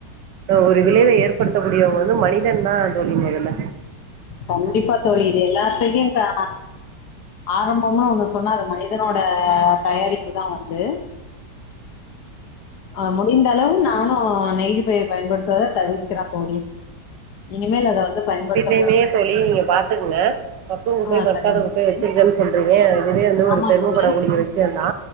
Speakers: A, on the right; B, on the left.
A: ஒரு விளைவ ஏற்படுத்த கூடியவங்க வந்து மனிதன் தா தோழி மொதல்ல
B: கண்டிப்பா தோழி இது எல்லாதையு கா ஆரம்பனு ஒன்னு சொன்னா அது மனிதனோட தயாரிப்புதா வந்து ஆ முடிந்தளவு நானு நெகிழிப்பைய பயன்படுத்துவத தவிர்கிற தோழி இனிமேல் அத வந்து பயன்படுத்த
A: இனிமே தோழி நீங்க பாத்துக் ங்க மக்குங் குப்பை
B: ஆ
A: மக்காத
B: சரிங்க
A: குப்பை
B: தோழி.
A: வச்சிருக்கேன் சொல்றீங்க இதுவே வந்து ஒரு
B: ஆமா
A: பெருமப்படக்கூடிய
B: தோழி.
A: விஷயந்தா